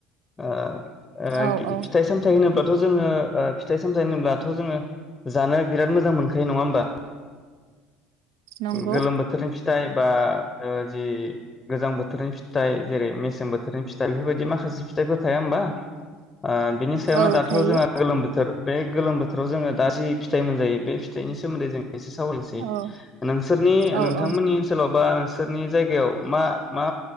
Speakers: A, on the left; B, on the right.
A: ओ ओ
B: औ
A: गि
B: औ
A: फिथाइ सामथाय होनोबाथ जोङो ओ फिथाइ सामथाइ होनोबथ' जोङो जानो बिराद मोजां मोनखायो नङा होमबा
B: नंगौ
A: गोलोम बोथोरनि फिथाइ बा जि गोजां बोथोरनि फिथाइ जेरै मेसें बोथोरनि फिथाइ बेफोरबायदि माखासे फिथाइफोर थाया होमबा ओ बिनि सायावनो
B: औ
A: दाथ'
B: थायो
A: जोंहा गोलोम बोथोर बे गोलोम बोथोराव जोङो दा जि फिथाइ मोनजायो बे फिथाइनि सोमोन्दै जों एसे सावरायनो सै
B: औ
A: नोंसोरनि
B: औ
A: नोंथांमोननि
B: औ
A: ओनसोलाव बा सोरनि जायगायाव मा मा